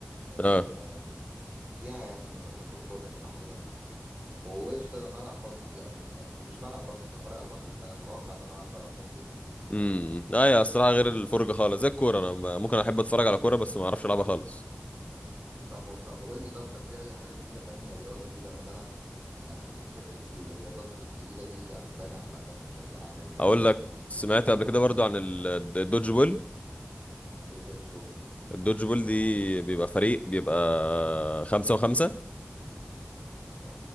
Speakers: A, on the right; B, on the left.
A: آه،
B: اه
A: فيها يعني انا بحب الكوره الصراحه كده وقشطه انا بلعب باسكت يعني مش بلعب باسكت بتفرج على الباسكت فانا بتوقع ان انا هعرف العب باسكت
B: امم ايوه الصراحه غير الفرجه خالص زي الكوره انا ب- ممكن احب اتفرج على كوره بس ما اعرفش العبها خالص
A: طب طب قول لي طب كان في اي حاجه جديده تانية رياضه جديده اصل انا يعني فكره الرياضات الجديده دي عجباني عامه بشكل عام يعني اللي هو
B: اقول لك
A: فاهم
B: سمعت
A: كتغيير
B: قبل كده برضو عن ال- الدوج بول
A: ايه الدوج بول دي
B: الدوج بول دي بيبقى فريق بيبقى خمسة وخمسة
A: خمسه و...